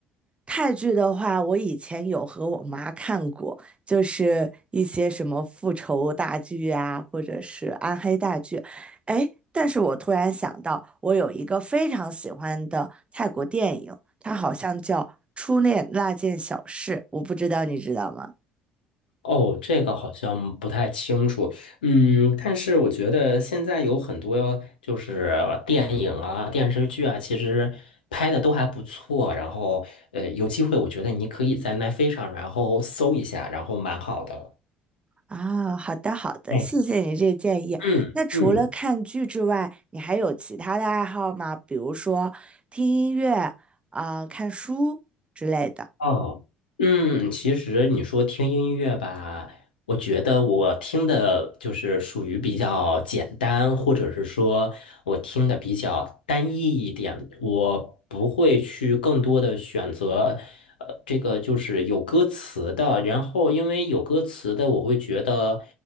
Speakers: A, on the right; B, on the left.
A: 泰剧的话，我以前有和我妈看过，就是一些什么复仇大剧啊，或者是暗黑大剧。哎，但是我突然想到，我有一个非常喜欢的泰国电影，它好像叫《初恋那件小事》，我不知道你知道吗？
B: 哦，这个好像不太清楚，嗯，但是我觉得现在有很多就是电影啊、电视剧啊，其实拍的都还不错。然后，呃，有机会我觉得你可以在奈飞上，然后搜一下，然后蛮好的。
A: 啊，好的好的，
B: 哎，
A: 谢谢你这建议。
B: 嗯嗯。
A: 那除了看剧之外，你还有其他的爱好吗？比如说听音乐啊，看书之类的。
B: 哦，嗯，其实你说听音乐吧，我觉得我听的就是属于比较简单，或者是说我听的比较单一一点，我不会去更多的选择，呃，这个就是有歌词的。然后因为有歌词的，我会觉得，